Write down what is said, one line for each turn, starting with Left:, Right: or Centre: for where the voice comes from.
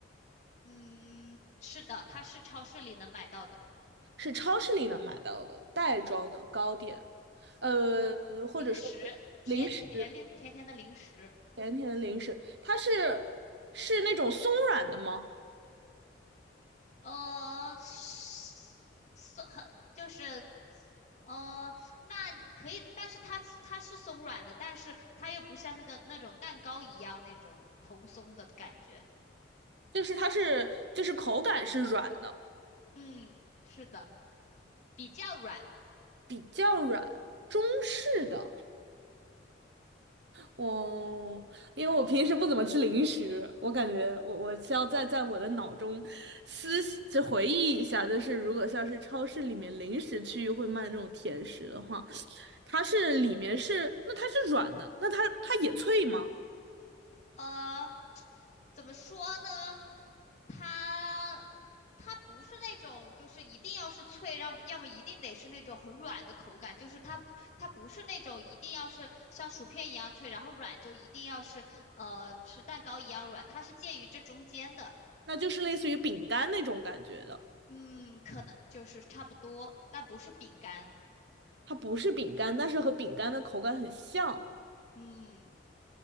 Left: 嗯，是的，它是超市里能买到的。
Right: 是超市里能买到的袋装的糕点，呃，
Left: 嗯，
Right: 或者说是零食，
Left: 零食，甜甜零甜甜的零食，
Right: 甜甜的零食，它是是那种松软的吗？
Left: 呃，是松很就是，呃，那可以，但是它它是松软的，但是它又不像那个那种蛋糕一样那种蓬松的感觉。
Right: 就是它是就是口感是软的，
Left: 嗯，是的，比较软。
Right: 比较软，中式的。我因为我平时不怎么吃零食，我感觉我我需要再在我的脑中思就回忆一下，就是如果像是超市里面零食区域会卖那种甜食的话，它是里面是那它是软的，那它它也脆吗？
Left: 呃，怎么说呢？它它不是那种就是一定要是脆，让要么一定得是那种很软的口感，就是它它不是那种一定要是像薯片一样脆，然后软就一定要是呃吃蛋糕一样软，它是介于这中间的。
Right: 那就是类似于饼干那种感觉的，
Left: 嗯，可能就是差不多，但不是饼干。
Right: 它不是饼干，但是和饼干的口感很像。
Left: 嗯。